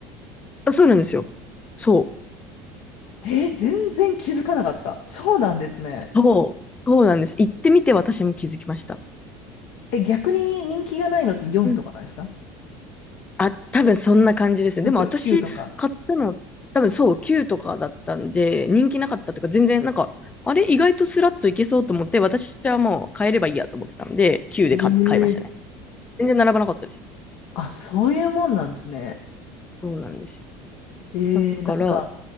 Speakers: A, on the left; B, on the left.
A: あそうなんですよ。そう。
B: えー全然気づかなかった。そうなんですね。
A: そう。そうなんです。行ってみて私も気づきました。
B: え、逆に人気がないのって4とかなんですか
A: うん。あ、多分そんな感じですね。
B: ?4
A: でも私買ったの、
B: とか9とか。
A: 多分そう、9とかだったんで、人気なかったというか、全然なんか、あれ意外とスラッといけそうと思って、私はもう買えればいいやと思ってたんで、9で買買いましたね。
B: へえ。
A: 全然並ばなかったです。
B: あ、そういうもんなんですね。
A: そうなんです
B: えーなんか、
A: よ。だから、